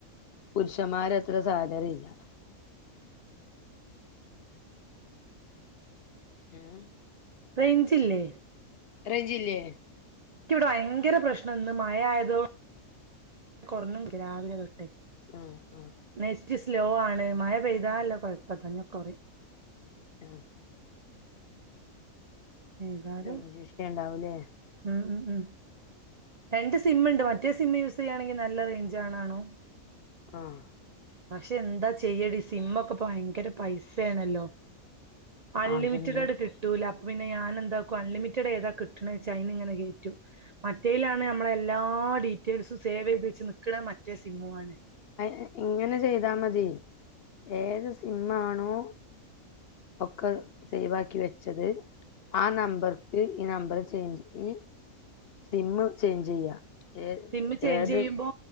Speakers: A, on the left; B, on the right.
A: പുരുഷന്മാരെ അത്ര സാലറി ഇല്ല ഏഹ്
B: റേയ്ഞ്ച്ല്ലേ
A: റേയ്ഞ്ചില്ലേ
B: എനിക്കിവിടെ ഭയങ്കര പ്രശ്നം ഇന്ന് മഴ ആയതോ കുറഞ്ഞു രാവിലെ തൊട്ടെ
A: ആ ആ
B: നെറ്റ് സ്ലോ ആണ് മഴ പെയ്താല്ല കുഴപ്പതങ്ങ് കുറയ്
A: ആഹ്
B: ഏതാലും
A: റെയ്ഞ്ചിഷ്യണ്ടാവുല്ലേ?
B: ഉം ഉം ഉം രണ്ട് സിമ്മുണ്ട് മറ്റ ഒറ്റേ സിമ്മ യൂസ് ചെയ്യുകയാണെങ്കിൽ നല്ലറേഞ്ച് ആണാണോ
A: ആഹ്
B: പക്ഷെ എന്താ ചെയ്യടി സിമ്മൊക്കെ ഭയങ്കര പൈസയാണല്ലോ അൺലിമിറ്റിഡഡ്
A: അതുണ്ട്
B: ക് ട്ടൂല പിന്നെ ഞാൻ എന്താക്കുവാ അൺലിമിറ്റഡ് ഏതാ കിട്ടണച്ചാ അതിന് ഇങ്ങനെ കയറ്റും മറ്റേയിലാണ് നമ്മളെ എല്ലാം ആ ഡീറ്റെയിൽസും സേവ് ചെയ്ത് വെച്ച് നക്കണ മറ്റേ സിമ്മുമാണ്
A: അതിന് ഇങ്ങനെ ചെയ്താ മതി ഏത് സിം ആണോ ഒക്കെ സേവാക്കി വെച്ചത് ആ നമ്പർക്ക് ഈ നമ്പർ ചേഞ്ച് ഈ സിമ്മ് ചേഞ്ച് ചെയ്യാ ഏ
B: സിമ്മ് ചേഞ്ച്
A: ഏത്
B: ചെയ്യുമ്പോ